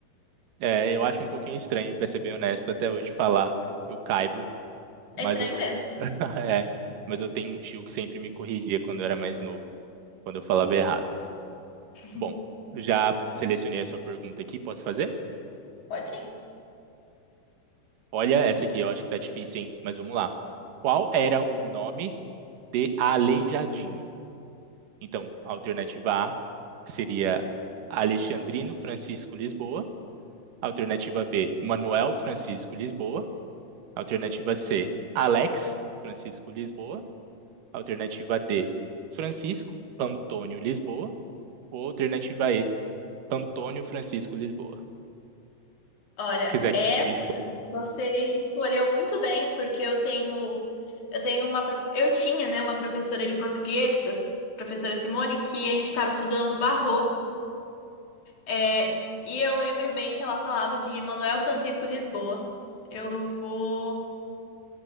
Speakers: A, on the right (about 70°); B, on the left (about 55°).
A: É, eu acho um pouquinho estranho, pra ser bem honesto, até hoje falar eu caibo, mas
B: É estranho
A: eu
B: mesmo.
A: <laughs> é, mas eu tenho um tio que sempre me corrigia quando eu era mais novo, quando eu falava errado.
B: <laughs>
A: Bom, já selecionei a sua pergunta aqui, posso fazer?
B: Pode sim.
A: Olha essa aqui, eu acho que tá difícil, hein? Mas vamos lá. Qual era o nome de Aleijadinho? Então, a alternativa A seria Alexandrino Francisco Lisboa, alternativa B, Manuel Francisco Lisboa. Alternativa C, Alex Francisco Lisboa. Alternativa D, Francisco Antônio Lisboa. Ou alternativa E, Antônio Francisco Lisboa.
B: Olha,
A: Se quiser
B: essa
A: que eu repita,
B: você escolheu muito bem, porque eu tenho eu tenho uma prof- eu tinha, né, uma professora de português, a professora Simone, que a gente estava estudando barroco. É, e eu lembro bem que ela falava de Manuel Francisco Lisboa. Eu vou.